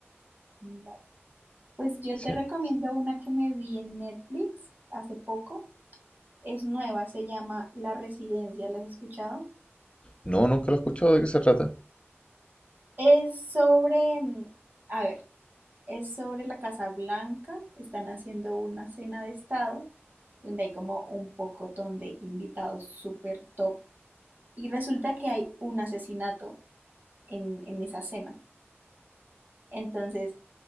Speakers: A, on the right (about 45°); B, on the left (about 25°).
A: Vale. Pues yo
B: sí.
A: te recomiendo una que me vi en Netflix hace poco. Es nueva, se llama La Residencia. ¿La has escuchado?
B: No, nunca lo he escuchado, ¿de qué se trata?
A: Es sobre, mm, a ver, Es sobre la Casa Blanca. Están haciendo una cena de estado donde hay como un pocotón de invitados súper top. Y resulta que hay un asesinato en, en esa cena. Entonces